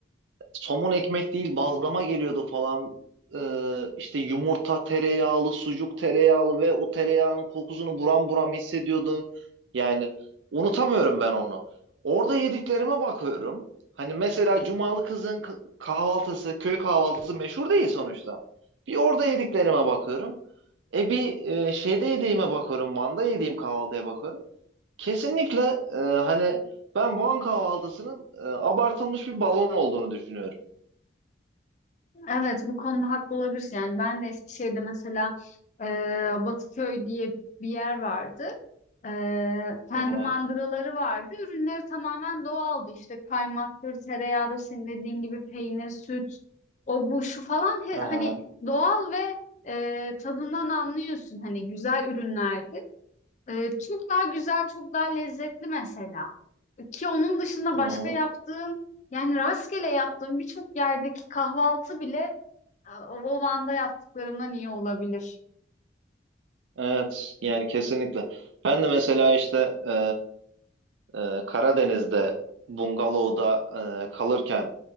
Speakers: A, on the right; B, on the left.
A: Somun ekmek değil bazlama geliyordu falan. Ee, işte yumurta tereyağlı, sucuk tereyağlı ve o tereyağının kokusunu buram buram hissediyordun. Yani unutamıyorum ben onu. Orada yediklerime bakıyorum. Hani mesela Cumalı kızın k- kahvaltısı, köy kahvaltısı meşhur değil sonuçta. Bir orada yediklerime bakıyorum. E bir e, şeyde yediğime bakıyorum. Van'da yediğim kahvaltıya bakıyorum. Kesinlikle e, hani ben Van kahvaltısının e, abartılmış bir balon olduğunu düşünüyorum.
B: Evet bu konuda haklı olabilirsin. Yani ben de Eskişehir'de mesela e, Batıköy diye bir yer vardı. E, kendi
A: Hı hı,
B: mandıraları vardı. Ürünleri tamamen doğaldı. İşte kaymaktır, tereyağıdır, senin dediğin gibi peynir, süt, o bu şu falan. He-
A: hı hı,
B: hani doğal ve e, tadından anlıyorsun. Hani güzel ürünlerdi. Ee, çok daha güzel, çok daha lezzetli mesela. Ki onun dışında
A: hı
B: başka
A: hı.
B: yaptığım, yani rastgele yaptığım birçok yerdeki kahvaltı bile e, o o Van'da yaptıklarımdan iyi olabilir.
A: Evet yani kesinlikle. Ben de mesela işte e, e, Karadeniz'de bungalovda e, kalırken